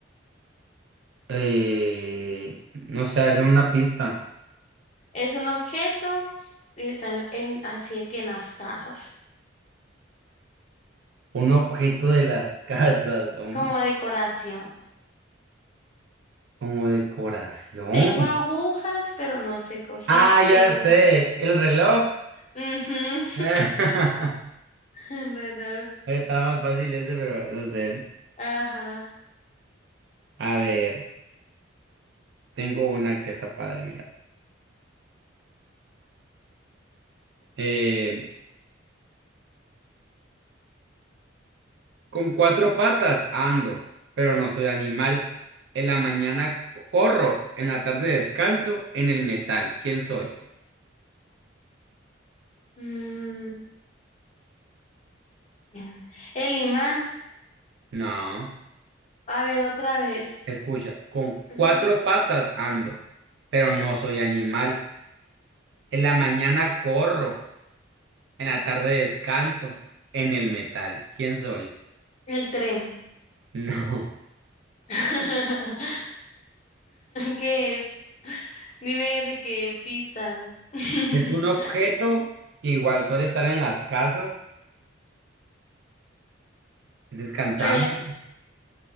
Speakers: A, on the right; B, on the left.
A: Eh, no sé, a una pista.
B: Es un objeto y está en, en- así de que en las casas,
A: Un objeto de las <laughs> casas. um,
B: como decoración.
A: Como decoración.
B: Tengo agujas, pero no sé coser.
A: Ah, ya
B: Tengo.
A: sé. El reloj.
B: Ujú.
A: <laughs> Ahí
B: <laughs> Reloj.
A: estaba más fácil ese, pero no sé.
B: Ajá.
A: A ver, tengo una que está padre, mira. Eh, con cuatro patas ando, pero no soy animal. En la mañana co- corro, en la tarde descanso, en el metal. ¿Quién soy?
B: Mm, bien. El imán.
A: No.
B: A ver, otra vez.
A: Escucha, con
B: Ujú.
A: cuatro patas ando, pero no soy animal. En la mañana corro. En la tarde descanso en el metal. ¿Quién soy? <laughs>
B: El tren.
A: No.
B: <laughs> ¿Qué es? Dime de qué pistas. <laughs>
A: Es un objeto que igual suele estar en las casas descansando.
B: Le-